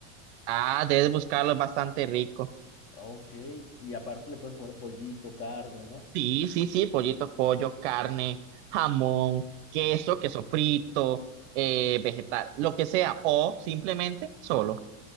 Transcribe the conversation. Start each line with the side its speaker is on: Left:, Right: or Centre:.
Right: Ah, debes buscarlo, es bastante rico.
Left: Ok, y aparte le puedes poner pollito, carne, ¿no?
Right: Sí, sí, sí, pollito, pollo, carne, jamón, queso,
Left: Ah,
Right: queso frito, eh, vegetal, lo que sea, o simplemente solo.